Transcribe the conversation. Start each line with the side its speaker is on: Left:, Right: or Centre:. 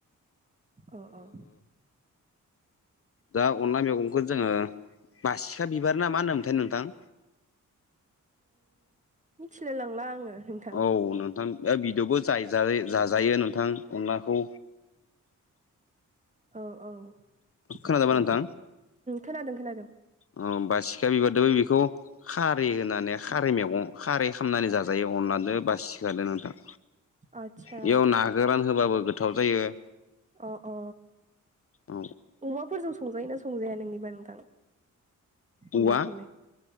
Right: अ अ।
Left: दा अनला मैगंखौ जोंङो बासिखा बिबार ना मा होनोमोनथाय नोंथां।
Right: मिथिलाय लांला आंङो।
Left: औ नोंथां बिदि'बो ज जाजायो नोंथां अनलाखौ।
Right: औ औ
Left: खोनादोंबा
Right: आस्सा
Left: नोंथां
Right: खोनादों खोनादों।
Left: अ बा सिखा बिबारदोंबो बेखौ खारै होनानै खारै मैगं खारै खामनानै जाजायो अनलाजों बासिखादो नोंथां।
Right: आदसा
Left: बेयाव ना गोरान होबाबो गोथाव जायो।
Right: अ अ
Left: औ
Right: अमाफोरजों। संजायोोना संजाया नोंनिबा नोंथां
Left: औवा
Right: अनलाखौलाय?